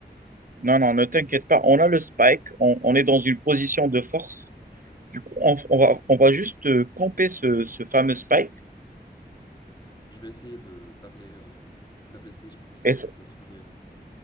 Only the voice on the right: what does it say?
Non, non, ne t'inquiète pas. On a le spike, on, on est dans une position de force. Du coup, on, on va, on va juste euh, camper ce, ce fameux spike.
Et
ça-